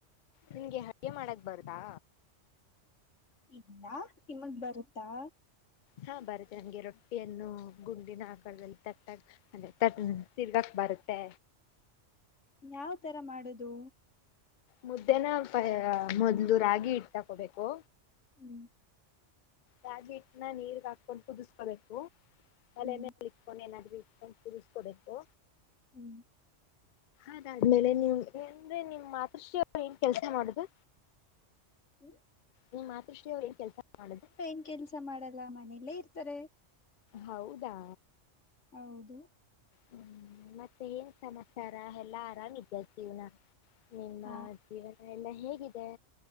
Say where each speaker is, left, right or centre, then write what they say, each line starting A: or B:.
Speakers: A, on the left (about 55°); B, on the left (about 75°).
A: ನಿನ್ಗೆ ಅಡ್ಗೆ ಮಾಡಕ್ ಬರತ್ತ.
B: ಇಲ್ಲ ನಿಮಗ್ ಬರುತ್ತಾ.
A: ಹಾ ಬರತ್ತೆ ನನ್ಗೆ ರೊಟ್ಟಿಯನ್ನು ಗುಂಡಿನ ಆಕದಲ್ಲಿ ತಟ್ಟಾಗ. ಅದೇ ತಟಲಾ ತಿನ್ನಕ್ಕ ಬರುತ್ತೆ.
B: ಯಾವ್ ತರ ಮಾಡುದು.
A: ಮುದ್ದೇನ ಮೊದ್ಲು ರಾಗಿ ಇಟ್ಟ ತಕೊಬೇಕು.
B: ಹಮ್.
A: ರಾಗಿ ಇಟ್ಟನ ನೀರ್ಗ ಹಾಕೊಂಡು ಕುದಿಸಕೋಬೇಕು. ಪೊಣೆ
B: ಹ್ಮ್
A: ಏನಾದರು ಇಟಕೊಂಡ ಕುದಸಕೊಬೇಕು.
B: ಹ್ಮ್
A: ಅದಾದ್ಮೇಲೆ ನೀಮ್ ಅಂದ್ರೆ ನಿಮ್ ಮಾತೃಶ್ರೀ ಏನ್ ಕೆಲ್ಸ ಮಾಡದು.
B: ಹ್ಮ್.
A: ನಿಮ್ಮ್ ಮಾತೃಶ್ರೀಯ ಏನ್ ಕೆಲಸ ಮಾಡದು.
B: ನ್ <unintelligible> ಕೆಲಸ ಮಾಡಲ್ಲ ಮನೆಯಲ್ಲೇ ಇರ್ತಾರೆ
A: ಹೌದಾ
B: ಹೌದು
A: ಹ್ಮ್ ಮತ್ತೆ ಏನ್ ಸಮಾಚಾರ ಎಲ್ಲಾ ಆರಾಮ ಇದೈತೀವ್ನ ನಿಮ್ಮ
B: ಹಾ
A: ಜೀವನ ಎಲ್ಲ ಹೇಗಿದೆ